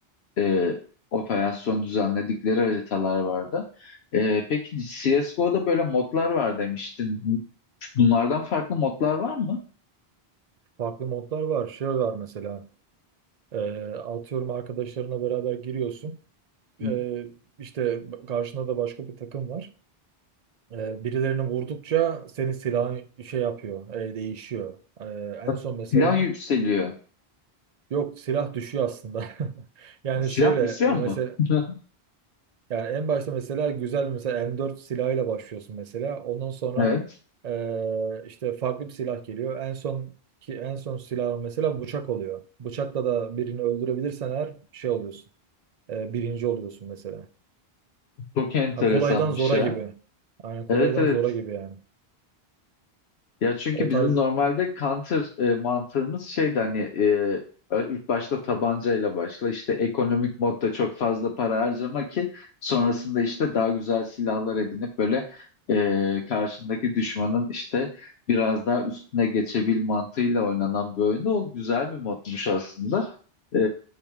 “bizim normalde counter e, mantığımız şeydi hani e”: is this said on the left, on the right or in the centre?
Left